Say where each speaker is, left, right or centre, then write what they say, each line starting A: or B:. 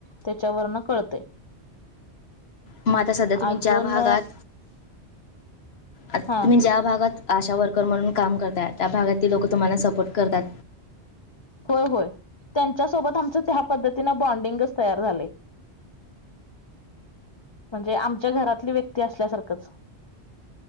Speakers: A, on the left; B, on the left.
A: त्यांच्यावरन कळतंय
B: मग आता सध्या तुम्ही
A: अजून
B: ज्या भागात आ तुम्ही
A: हा
B: ज्या भागात आशा वर्कर म्हणून काम करताय त्या भागातील लोक तुम्हाला सपोर्ट करतात.
A: होय-होय, त्यांच्यासोबत आमचं त्या पद्धतीनं बॉन्डिंगच तयार झालंय‌. म्हणजे आमच्या घरातली व्यक्ती असल्यासारखंच.